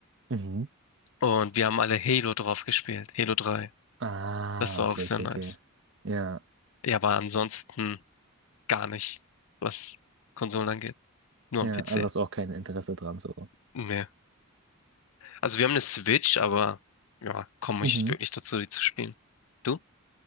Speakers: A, on the right; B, on the left.
A: Mhm.
B: Und wir haben alle Halo drauf gespielt, Halo 3.
A: Ah,
B: Das war
A: okay,
B: auch sehr
A: okay,
B: nice.
A: okay. Ja,
B: Ja, aber ansonsten gar nicht, was Konsolen angeht. Nur
A: ja,
B: am PC.
A: also hast du auch kein Interesse dran, so.
B: Nee. Also wir haben eine Switch, aber ja, komme
A: Mhm.
B: ich wirklich dazu, die zu spielen. Du?